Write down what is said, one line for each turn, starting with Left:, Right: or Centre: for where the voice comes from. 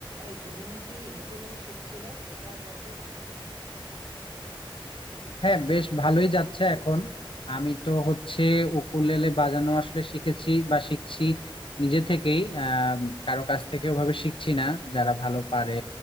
Right: এই তুমি নাকি ইউকুলেলে শিখছিলে ওটা কতদূর হলো
Left: হ্যাঁ বেশ ভালোই যাচ্ছে এখন আমি তো হচ্ছে উকুলেলে বাজানো আসলে শিখেছি বা শিখছি নিজে থেকেই আহ কারো কাছ থেকে ওভাবে শিখছি না যারা ভালো পারে